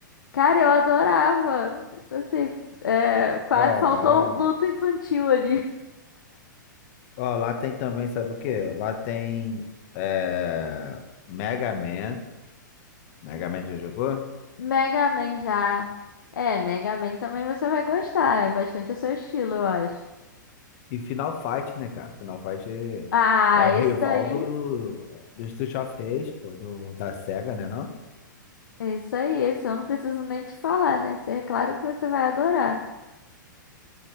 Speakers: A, on the left; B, on the left.
A: Cara, eu adorava. Tipo Assim, é, quase
B: Ó,
A: faltou
B: é.
A: um luto infantil ali.
B: Ó, lá tem também, sabe o quê? Lá tem é, Mega Man. Mega Man já jogou?
A: Mega Man já. É, Mega Man também você vai gostar. É bastante o seu estilo, eu acho.
B: E Final Fight, né, cara? Final Fight
A: Ah,
B: é o rival
A: esse daí.
B: do, do Street of Rage, pô, do, da SEGA, né, não?
A: É isso aí, esse eu não preciso nem te falar, né? Esse é claro que você vai adorar.